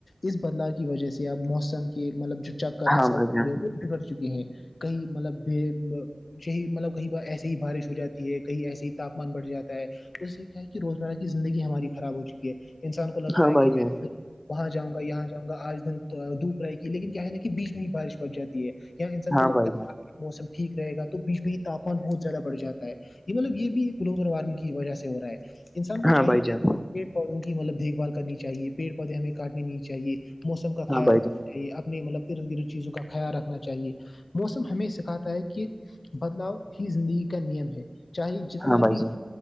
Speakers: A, on the left (about 80°); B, on the left (about 25°).
A: اس بدلاؤ کی وجہ سے اب موسم کے مطلب جو چکر
B: ہاں
A: ہے سڑ
B: بھائی جان
A: جو ہے وہ بگڑ چکے ہیں کہئی مطلب ب یہی مطلب کہیں ایسے ہی بارش ہو جاتی ہے کہیں ایسے ہی تاپمان بڑھ جاتا ہے اس سے کیا ہے کہ روزمرہ کی زندگی ہماری خراب ہو چکی ہے انسان کو لگتا
B: ہاں
A: ہے
B: بھائی
A: کہ میں
B: جان
A: وہاں جاؤں گا یہاں گا آج دن دوپ رہےی لیکن کیا ہے نا کہ بیچ میں ہی بارش پڑ جاتی ہے اں انسان
B: ہاں
A: کو لگتا
B: بھائی جان
A: ہے موسم ٹھیک رہے گا تو بیچ میں ہی تاپمان بہت زیادہ بڑ جاتا ہے یہ مطلب یہ بھی گلوبل وارمنگ کی وجہ سے ہو رہا ہے انسان کو
B: ہاں
A: چاہیے
B: بھائی
A: کہ
B: جان
A: پیڑ پودوں کی مطلب دیکھ بھال کرنی چاہیے پیڑ پودے ہمیں کاٹنے نہیں چاہیے موسم کا
B: ہاں
A: خیال
B: بھائی
A: رکھنا
B: جان
A: چاہیے اپنی مطلب ارد گرد چیزوں کا خیال رکھنا چاہیے موسم ہمیں سکھاتا ہے کہ بدلاؤ ہی زندگی کا نیم ہے چاہے جتنا
B: ہاں بھائی
A: بھی
B: جان